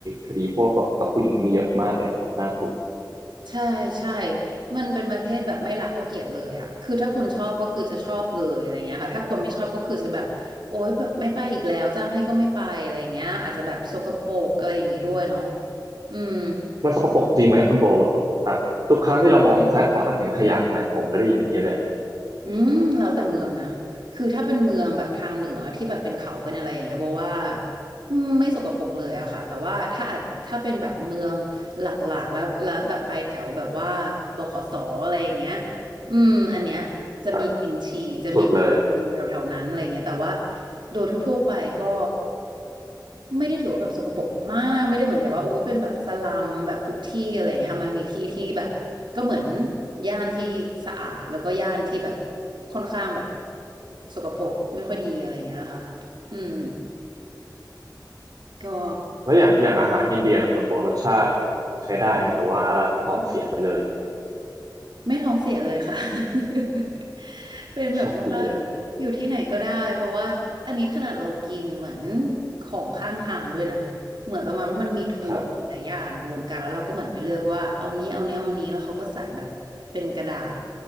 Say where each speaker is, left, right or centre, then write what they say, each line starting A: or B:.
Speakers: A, on the right; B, on the right.
A: คดีพวกกับกับผู้หญิงนี่เยอะมากเลยครับน่ากลัว
B: ใช่ใช่ มันเป็นประเทศแบบไม่รักก็เกลียดเลยอะ คือถ้าคนชอบก็คือจะชอบเลยอะไรเงี้ยค่ะถ้าคนไม่ชอบก็คือจะแบบโอ๊ยแบบไม่ไปอีกแล้วจ้างให้ก็ไม่ไปอะไรเงี้ยอาจจะแบบสกปรกอะไรอย่างงี้ด้วยเนาะอืม
A: มันสกปรกจริงไหมคุณโบแบบแบบทุกครั้งที่เรามองซ้ายขวาต้องเห็นขยะไหมผมก็ได้ยินอย่างนี้เลย
B: อืม แล้วแต่เมืองนะคือถ้าเป็นเมืองแบบทางเหนือที่แบบเป็นเขาเป็นอะไรอย่างเงี้ยโบว่าอืมไม่สกปรกเลยอะค่ะแต่ว่าถ้าอาจถ้าเป็นแบบเมืองหลักๆแล้วแล้วแบบไปแถวแบบว่าบขสอะไรอย่างเงี้ยอืมอันเนี้ย จะมีกลิ่นฉี่จะมี
A: ครับสุดเลย
B: อยู่แถวๆนั้นอะไรเงี้ยแต่ว่าโดยทั่วๆไปก็ไม่ได้ถือว่าแบบสกปรกมากไม่ได้เหมือนกับว่าอู้เป็นแบบสลัมแบบทุกที่อะไรเงี้ยค่ะมันมีที่ที่แบบก็เหมือนย่านที่สะอาดแล้วก็ย่านที่แบบค่อนข้างแบบสกปรกไม่ค่อยดีอะไรเงี้ยนะคะอืมก็
A: แล้วอย่างอย่างอาหารอินเดียล่ะคุณโบรสชาติใช้ได้ไหมหรือว่าท้องเสียไปเลย
B: ไม่ท้องเสียเลยค่ะ <laughs> เป็นแบบว่า
A: โชคดีเลย
B: อยู่ที่ไหนก็ได้เพราะว่าอันนี้ขนาดเรากินเหมือนของข้างทางด้วยนะเหมือนประมาณว่ามันมีถั่วหลายอย่างรวมกันแล้วเราก็เหมือนไปเลือกว่าเอานี้เอานี้เอานี้แล้วเขาก็ใส่แบบเป็นกระดาษ
A: ครับ